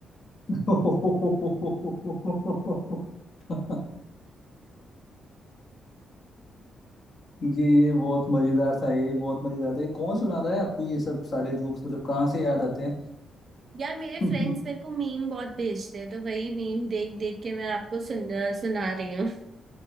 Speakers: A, on the left; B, on the right.
A: <laughs> ये बहुत मजेदार था ये बहुत मजेदार था ये कौन सुना रहा है आपको ये सब सारे जोक्स मतलब कहाँ से याद आते हैं
B: यार मेरे
A: <laughs>
B: फ्रेंड्स मेरे को मीम बहुत भेजते हैं तो वही मीम देख देख के मैं आपको सुन सुना रही हूँ